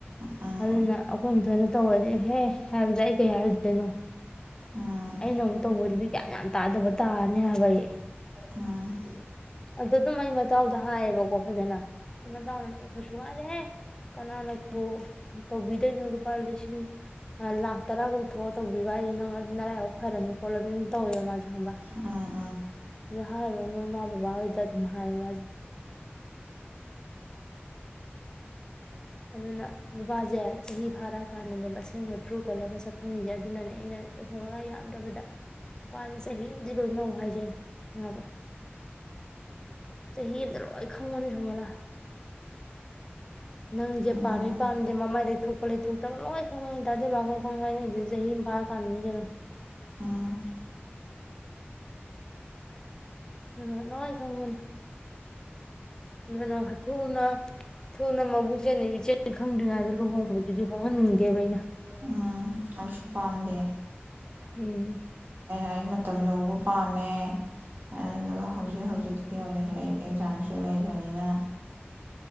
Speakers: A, on the right; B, on the left.
A: ꯎꯝ ꯎꯝ
B: ꯑꯗꯨꯅ ꯑꯩꯈꯣꯏ ꯑꯃꯊꯣꯏꯅ ꯇꯧꯔꯗꯤ ꯍꯦ ꯍꯥꯏꯕꯗ ꯑꯩ ꯀꯩ ꯍꯥꯏꯔꯨꯗꯣꯏꯅꯣ
A: ꯎꯝ
B: ꯑꯩꯅ ꯑꯃꯨꯛ ꯇꯧꯕꯗꯨꯗꯤ ꯒ꯭ꯌꯥꯟ ꯌꯥꯝ ꯇꯥꯗꯕ ꯇꯥꯔꯦ ꯍꯥꯏꯕ ꯑꯩ
A: ꯎꯝ
B: ꯑꯗꯨ ꯑꯗꯨꯝ ꯑꯩ ꯃꯇꯥꯎꯗ ꯍꯥꯏꯌꯦꯕꯀꯣ ꯐꯖꯅ ꯃꯇꯥꯎꯗꯣ ꯑꯩꯩꯁꯨꯨꯀꯥꯏꯗ‌ꯦꯍꯦ ꯀꯅꯥꯅꯕꯨ ꯇꯧꯕꯤꯗꯣꯏꯅꯣ ꯄ ꯂꯤꯁꯤꯡ ꯇꯥꯂꯥ ꯇꯔꯥ ꯀꯧ ꯊꯣꯛꯑꯒ ꯇꯧꯕꯤꯕ ꯍꯥꯏꯁꯦ ꯅꯪ ꯑꯗꯨ ꯅ ꯂꯔꯥꯏꯐꯥꯎꯛ ꯐꯔꯅꯤ ꯈꯣꯠꯂꯅꯤ ꯑꯗꯨꯝ ꯇꯧꯋꯦ ꯃꯥꯁꯨ ꯍꯝꯕ
A: ꯎꯝ
B: ꯑꯗꯨ ꯍꯥꯏꯔꯣ ꯅꯣꯏ ꯏꯃꯥ ꯕꯕꯥꯍꯣꯏꯗ ꯑꯗꯨꯝ ꯍꯥꯏꯌꯦ ꯃꯥꯁꯨ ꯑꯗꯨꯅ ꯅꯨꯄꯥꯁꯦ ꯆꯍꯤ ꯐꯥꯔꯛꯑꯀꯥꯟꯗꯅꯦꯕ ꯑꯁꯦꯡꯕ ꯊ꯭ꯔꯨ ꯀꯣꯜꯂꯔ ꯃꯁꯛ ꯈꯪꯉꯤꯁꯦ ꯑꯗꯨꯅꯅꯦ ꯑꯩꯅ ꯆꯠꯊꯣꯛ ꯃꯉꯒ ꯌꯥꯝꯗ꯭ꯔꯕꯗ ꯅꯨꯄꯥꯁꯦ ꯆꯍꯤ ꯑꯃꯗꯤ ꯂꯣꯏꯅꯧ ꯍꯥꯏ ꯈꯪꯑꯕ ꯆꯍꯤ ꯑꯃꯇ ꯂꯣꯏ ꯈꯪꯕꯅꯤ ꯁꯨꯝꯃ‌ꯣꯂꯥ ꯅꯪꯁꯦ
A: ꯎꯝ ꯎꯝ
B: ꯄꯥꯝꯃꯤ ꯄꯥꯝꯗꯦ ꯃꯃꯥꯏ ꯂꯩꯊꯣꯛꯄ ꯂꯩꯊꯣꯛꯇꯕ ꯂꯣꯏ ꯈꯪꯉꯅꯤ ꯗꯥ ꯗꯤꯋꯥꯟ ꯑꯥꯈ‌ꯣꯏ ꯈꯪꯅꯩꯁ‌ꯦ ꯆꯍꯤ ꯑꯃ ꯐꯥꯔ ꯀꯥꯟꯗꯅꯤ ꯀꯩꯅꯣ
A: ꯎꯝ
B: ꯎꯝ ꯂ‌ꯣꯏꯟ ꯈꯪꯕꯅꯤ ꯑꯗꯨꯅ ꯍ ꯊꯨꯅ ꯊꯨꯅ ꯃꯕꯨꯛꯆ‌ꯦꯜ ꯏꯆꯦꯟ ꯈꯪꯗ꯭ꯔꯤꯉꯩꯗ ꯂꯨꯍꯣꯡꯕꯗꯨꯗꯤ ꯍꯣꯡꯍꯟꯅꯤꯡꯗꯦꯕ ꯑꯩꯅ
A: ꯎꯝ ꯑꯩꯁꯨ ꯄꯥꯝꯗꯦ
B: ꯎꯝ
A: ꯑꯩ ꯃꯇꯝ ꯂꯧꯕ ꯄꯥꯝꯃꯦ ꯑꯗꯨꯗꯨꯒ ꯍꯧꯖꯤꯛ ꯍꯧꯖꯤꯛꯀꯤ ꯑꯣꯏꯅꯁꯨ ꯑꯩ ꯑꯦꯛꯖꯥꯝꯁꯨ ꯂꯩꯕꯅꯤꯅ